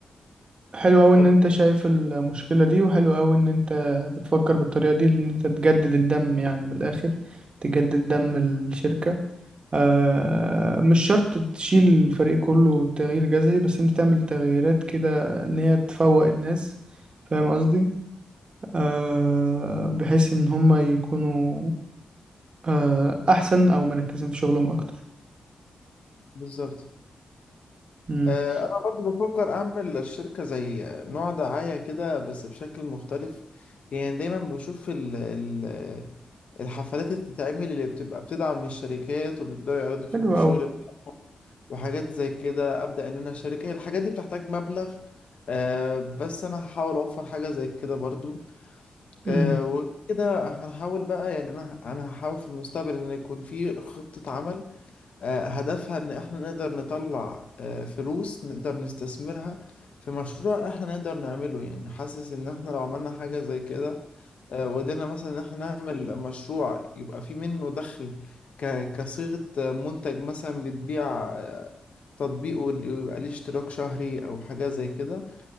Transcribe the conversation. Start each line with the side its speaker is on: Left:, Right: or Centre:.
Right: حلو أوي إن
Left: فأنا-
Right: أنت شايف المشكلة دي وحلو أوي إن أنت بتفكر بالطريقة دي إن أنت تجدد الدم يعني من الآخر تجدد دم الشركة آه مش شرط تشيل الفريق كله تغيير جذري بس أنت تعمل تغييرات كده إن هي تفوق الناس فاهم قصدي آه بحيث إن هما يكونوا آه أحسن أو مركزين في شغلهم أكتر
Left: بالظبط
Right: مم.
Left: آه، انا برضو بفكر اعمل للشركه زي نوع دعايه كده بس بشكل مختلف يعني دايما بشوف ال ال الحفلات اللي بتتعمل اللي بتبقى بتدعم الشركات وبيبداوا يعرضوا فيهم
Right: حلو
Left: الشغل بتاعهم وحاجات زي كده ابدا ان انا اشارك هي الحاجات دي بتحتاج مبلغ آه، بس انا هحاول اوفر حاجه زي كده برضو
Right: أوي
Left: آه، وكده هنحاول بقى يعني انا انا هحاول في المستقبل ان يكون في خطه عمل آه، هدفها إن إحنا نقدر نطلع آه، فلوس نقدر نستثمرها في مشروع إحنا نقدر نعمله يعني حاسس إن إحنا لو عملنا حاجة زي كده آه، وقدرنا مثلا إن إحنا نعمل مشروع يبقى فيه منه دخل ك- كصيغة آه، منتج مثلا بتبيع آه، تطبيق ون- ويبقى ليه اشتراك شهري أو حاجة زي كده